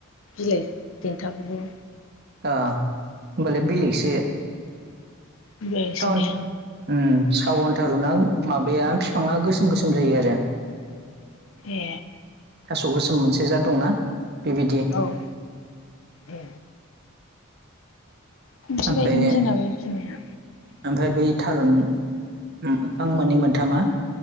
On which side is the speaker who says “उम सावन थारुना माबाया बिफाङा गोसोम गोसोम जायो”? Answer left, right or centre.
Right